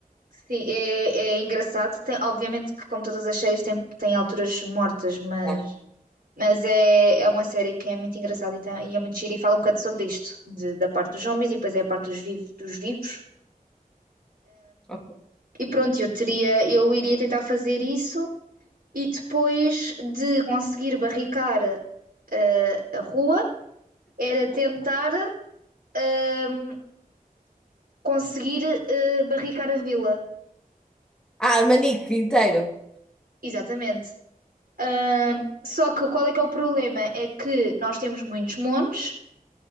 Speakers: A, on the right; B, in the centre.
A: Sim, é, é engraçado. Tem- obviamente que, como todas as séries, tem, tem alturas mortas, mas,
B: Tá.
A: mas é, é uma série que é muito engraçada e, tá- e é muito gira e fala um bocado sobre isto, de- da parte dos zombies e depois é a parte dos vivos, dos vivos.
B: Ok.
A: E pronto, eu teria, eu iria tentar fazer isso e depois de conseguir barricar eh, a rua, era tentar ehm, conseguir eh, barricar a vila.
B: Ah, Manique inteiro.
A: Exatamente. Ahm, só que qual é que é o problema? É que nós temos muitos montes